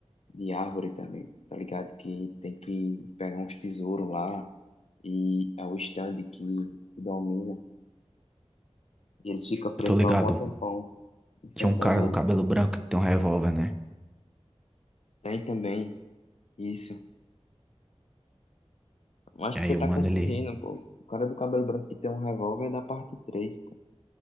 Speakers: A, on the left (about 70°); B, in the centre.
A: de árvore também, tá ligado? Que tem que pegar uns tesouros lá e é o stand que, que domina. E eles ficam presos
B: Eu tô ligado.
A: lá um mó tempão, enfrentando.
B: Tinha um cara do cabelo branco que tem um revólver, né?
A: Tem também isso. Eu Acho
B: E
A: que
B: aí
A: você tá
B: o mano,
A: confundindo,
B: ele.
A: pô. O cara do cabelo branco que tem um revólver é da parte três pô.